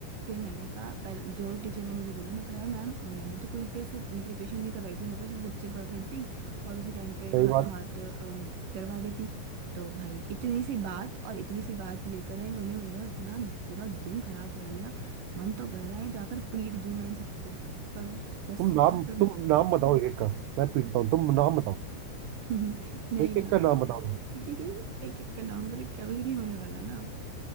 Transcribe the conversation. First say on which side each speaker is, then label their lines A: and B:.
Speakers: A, on the right; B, on the right.
A: फिर मैंने कहा पहले जो टीचर ने मुझे बोला मैं कहा यार मैम मैंने तो कोई पैसे प्रिपरेशन नहीं करवाई थी मैं तो सिर्फ बच्चे पकड़ती और उसी टाइम पे
B: सही
A: हाथों
B: बात
A: हाथ अ, करवा देती तो भाई इतनी सी बात और इतनी सी बात लेकर इन्होंने मेरा इतना पूरा दिन खराब कर दिया मन तो कर रहा है जाकर पीट दूं मैं इन सबको पर बस
B: तुम नाम
A: सब
B: तुम नाम बताओ एक एक का मैं पीटता हूँ तुम नाम बताओ
A: नहीं <laughs> नहीं
B: एक
A: ना
B: एक का नाम बताओ तुम
A: <laughs> एक एक का नाम पता क्या कुछ नहीं होने वाला ना